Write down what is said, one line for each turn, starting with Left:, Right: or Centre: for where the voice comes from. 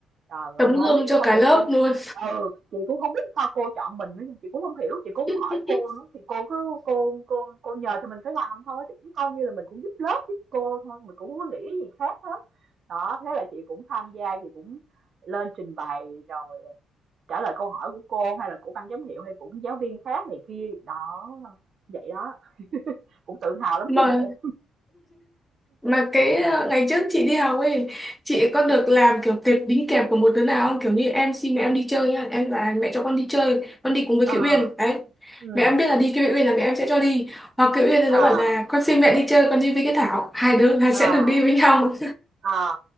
Right: Trời ơi,
Centre: tấm
Right: mà
Centre: gương
Right: không biết tại
Centre: cho
Right: sao
Centre: cả
Right: chị
Centre: lớp
Right: cũng
Centre: luôn
Right: ừ, chị cũng không biết sao cô chọn mình nữa, chị cũng không hiểu, chị cũng
Centre: <laughs>
Right: hông hỏi cô nữa, thì cô cứ cô cô cô nhờ thì mình phải làm thôi, thì cũng coi như là mình cũng giúp lớp, giúp cô thôi, mình cũng hông có nghĩ gì khác hết. Đó, thế là chị cũng tham gia, chị cũng lên trình bày rồi trả lời câu hỏi của cô hay là của ban giám hiệu hay của giáo viên khác này kia, đó, vậy đó, cũng tự hào lắm
Centre: mà
Right: chứ bộ.
Centre: mà cái ờ, ngày trước chị đi học ấy chị có được làm kiểu tệp đính kèm của một đứa nào không kiểu như em xin mẹ em đi chơi nhá em là mẹ cho con đi chơi con đi cùng với
Right: Ờ,
Centre: Kiều Uyên đấy
Right: ừm,
Centre: mẹ em biết là đi Kiều Uyên là mẹ em sẽ cho đi hoặc Kiều Uyên thì
Right: à,
Centre: nó bảo là con xin mẹ đi chơi con đi với cái Thảo hai đứa hai
Right: à.
Centre: sẽ được đi với nhau
Right: À,